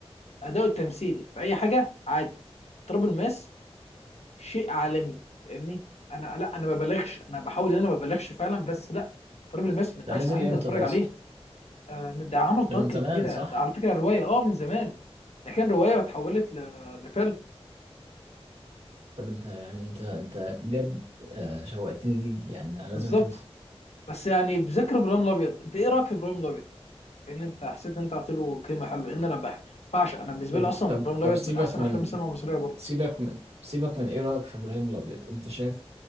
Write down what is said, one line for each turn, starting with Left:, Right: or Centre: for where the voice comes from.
Left: اداؤه التمثيلي في اي حاجه عادي تراب الماس شيء عالمي فاهمني انا لا انا ما ببالغش انا بحاول ان انا ما ببالغش فعلا بس لا تراب الماس من
Right: ده
Left: احسن
Right: نزل
Left: حاجه انت
Right: امتى
Left: تتفرج
Right: ده يا
Left: عليها
Right: اسطى
Left: آه ده عمل ضجه
Right: ده من زمان
Left: كبيره
Right: صح
Left: ده على فكره روايه اه من زمان ده كان روايه واتحولت ل- لفيلم
Right: طب انت يعني انت انت بجد آه، شوقتني ليه يعني انا لازم
Left: بالظبط
Right: اشوف
Left: بس يعني بذكر ابراهيم الابيض انت ايه رايك في ابراهيم الابيض؟ لان انت حسيت ان انت عطيت له قيمه حلوه لان انا بح- بعشق انا بالنسبه
Right: طب
Left: لي اصلا
Right: طب
Left: ابراهيم
Right: طب
Left: الابيض
Right: سيبك
Left: من احسن
Right: من
Left: افلام السينما المصريه برضه
Right: سيبك من سيبك من ايه رايك في ابراهيم الابيض انت شايف